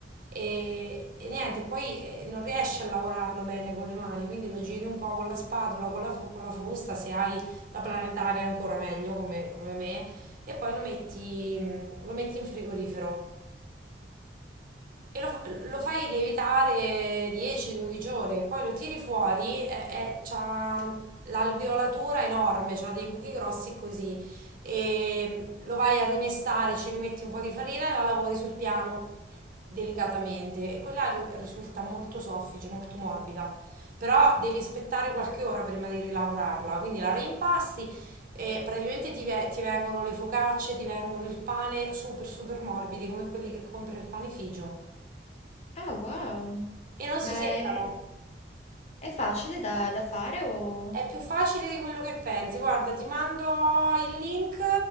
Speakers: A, on the right; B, on the left.
A: E, e niente, poi eh, non riesci a lavorarlo bene con le mani, quindi lo giri un po' con la spatola, con la, fu- con la frusta, se hai la planetaria ancora meglio come, come me, e poi lo metti, lo metti in frigorifero. E lo, lo fai lievitare 10-12 ore, poi lo tiri fuori e, e c'ha l'alveolatura enorme, c'ha dei buchi grossi così. E lo vai a rimestare, ci rimetti un po' di farina e la lavori sul piano delicatamente. E quella ri- risulta molto soffice, molto morbida. Però devi aspettare qualche ora prima di rilavorarla. Quindi la reimpasti e praticamente ti, ve- ti vengono le focacce, ti vengono il pane super super morbidi come quelli che compri al panificio
B: Ah, wow.
A: e non
B: Ma
A: si seccano.
B: è, è facile da, da fare o...
A: È più facile di quello che pensi. Guarda, ti mando il link